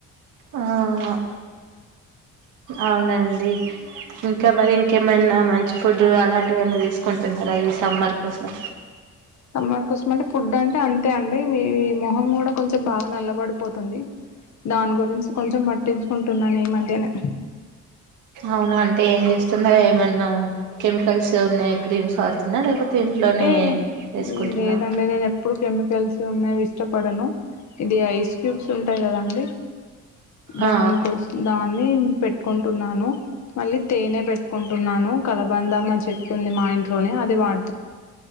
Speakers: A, on the right; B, on the left.
A: ఆ అవునండి ఇంకా మరి ఇంకేమన్నా మంచి ఫుడ్ అలాంటివి ఏవన్నా తీసుకుంటున్నారా ఈ సమ్మర్ కోసం
B: సమ్మర్ కోసం అంటే ఫుడ్ అంటే అం తే అండి మీ మొహం కూడా కొంచెం బాగా నల్లపడిపోతుంది దాని గురించి కొంచెం పట్టించుకుంటున్నాను ఈ మధ్యనే
A: అవునా అంటే ఏం చేస్తున్నావ్ ఏమన్నా కెమికల్స్ ఉన్నాయ క్రీమ్స్ వాడుతున్నా లేకపోతే ఇంట్లోనే
B: ఏ
A: చేసుకుంటున్నా
B: లేదండి నేను ఎప్పుడు కెమికల్స్ ఉన్నవి ఇష్టపడను ఇది ఐస్ క్యూబ్స్ ఉంటాయి కదా అండి దాని
A: ఆ
B: కోసం దాన్ని పెట్టుకుంటున్నాను మళ్ళీ తేనె పెట్టుకుంటున్నా ను కలబందామ చెట్టు ఉంది మా ఇంట్లోనే అది వాడు